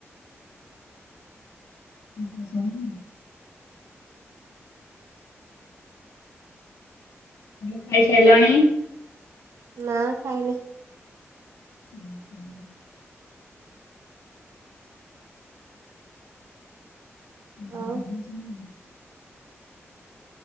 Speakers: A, on the left; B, on the right.
A: ଖିଆ ପିଆ ସଇଲାନି? ଝିଅ ଖାଇସାଇଲଣି?
B: ନା ଖାଇନି।
A: <unintelligible> <unintelligible>
B: ଆଉ